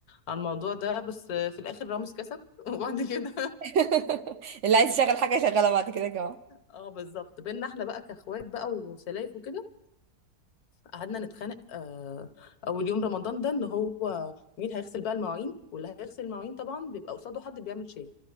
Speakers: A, on the left; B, on the right.
A: على الموضوع ده بس في الآخر رامز كسب <laughs> وبعد كده
B: <laughs> اللي عايز يشغل حاجه يشغلها بعد كده يا جماعه
A: اه بالظبط بينا احنا بقى كاخوات بقى وسلايف وكده قعدنا نتخانق آه اول يوم رمضان ده ان هو مين هيغسل بقى المواعين واللي هيغسل المواعين طبعا بيبقى قصاده حد بيعمل شاي